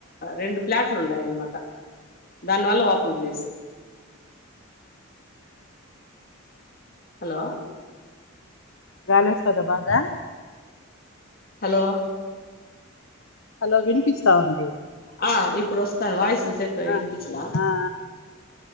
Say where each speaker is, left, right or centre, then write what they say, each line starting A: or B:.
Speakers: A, on the left (about 45°); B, on the left (about 60°).
A: రెండు ప్లా అట్లు ఉన్నాయమానమాట, దాని వల్ల ఓపెన్ ప్లేసే హలో
B: గాలి వస్తదా బాగా
A: హలో
B: హాలో వినిపిస్తా ఉంది.
A: ఆ ఇప్పుడు వస్తాన్ వాయిసు సెప్టాయి
B: ఆ
A: ఇనపిచ్చిదా
B: ఆ ఆ